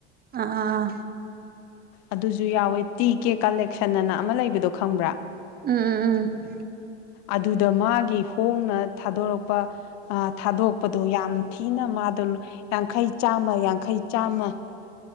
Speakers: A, on the right (about 25°); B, on the left (about 50°).
A: ꯑꯥ
B: ꯑꯗꯨꯁꯨ ꯌꯥꯎꯋꯦ ꯇꯤ ꯀꯦ ꯀꯂꯦꯛꯁꯟ ꯑꯅ ꯑꯃ ꯂꯩꯕꯗꯣ ꯈꯪꯕ꯭ꯔꯥ
A: ꯎꯝ ꯎꯝ ꯎꯝ
B: ꯑꯗꯨꯗ ꯃꯥꯒꯤ ꯍꯣꯡꯅ ꯊꯥꯗꯣꯔꯛꯄ ꯊꯥꯗꯣꯔꯄꯗꯣ ꯌꯥꯝ ꯊꯤꯅ ꯃꯥ ꯑꯗꯨ ꯌꯥꯡꯈꯩ ꯆꯥꯝꯃ ꯌꯥꯡꯈꯩ ꯆꯥꯝꯃ